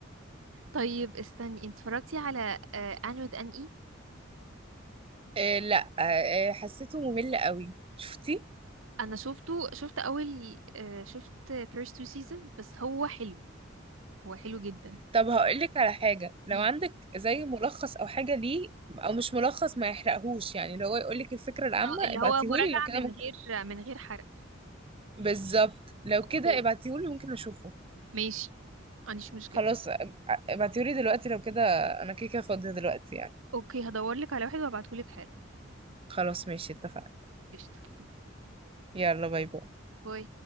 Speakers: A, on the right; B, on the right.
A: طيب استني انت اتفرجتي على ان وذ ان اي
B: إيه لا إيه حسيته ممل قوي شفتي
A: انا شفته شفت اول آه، شفت فيرست تو سيزون بس هو حلو هو حلو جدا
B: طب هقولك على حاجة لو
A: مم.
B: عندك زي ملخص او حاجة ليه او مش ملخص ما يحرقهوش يعني لو هو يقولك الفكرة العامة
A: اه اللي
B: ابعتيهولي
A: هو مراجعه
B: لو كده
A: من
B: ممكن
A: غير
B: اشوفه
A: من غير حرق
B: بالظبط لو
A: اوكي
B: كده ابعتيهولي ممكن اشوفه
A: ماشي مفيش مشكله
B: خلاص أب- ابعتيهولي دلوقتي لو كده انا كده كده فاضية دلوقتي يعني
A: اوكي هدور لك على واحد وابعتهولك حالا
B: خلاص ماشي اتفقنا
A: قشطه
B: يلا باي باي
A: باي